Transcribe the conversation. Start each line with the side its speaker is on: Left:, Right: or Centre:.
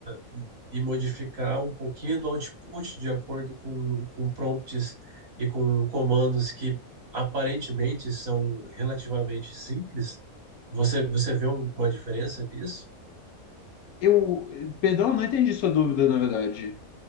Right: e, e modificar um pouquinho do output de acordo com, com prompts e com comandos que aparentemente são relativamente simples. Você, você vê um- uma diferença nisso?
Left: Eu, perdão, não entendi sua dúvida, na verdade.